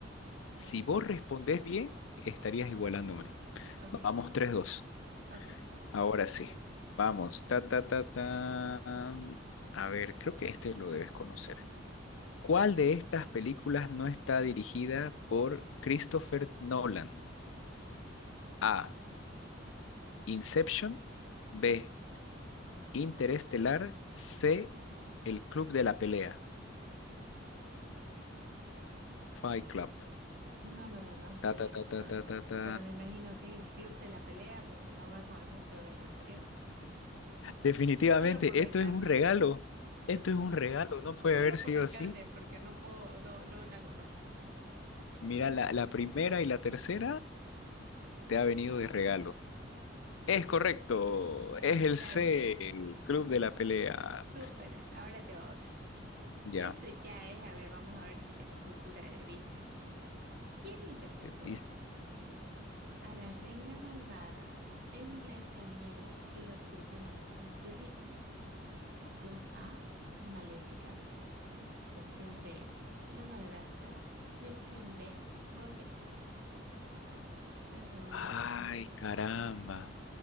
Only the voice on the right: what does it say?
Ahí.
Ok,
ok.
No lo conozco
el director,
pero me imagino que es el club de la pelea porque no va con el resto de lo anterior.
Solo por descarte.
<laughs>
Solo
por descarte,
porque no puedo, no, no la conozco.
<laughs>
Gracias.
Súper. Ahora te va otra.
Esto ya es, a ver, vamos a ver si tenés cultura de Disney. ¿Quién interpretó?
a la reina malvada en Blancanieves y los siete enanitos de Disney. Opción A, Maléfica. Opción B, La madrastra. Y opción D, Gothel. Chon, chon.